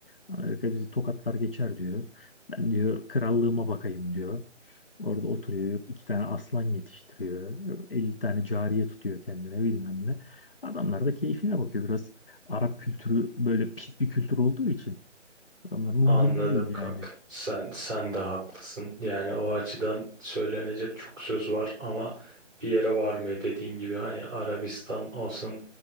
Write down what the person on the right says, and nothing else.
Anladım
kanka. Sen sen de haklısın. Yani o açıdan söylenecek çok söz var ama bir yere varmıyor dediğin gibi hani Arabistan olsun,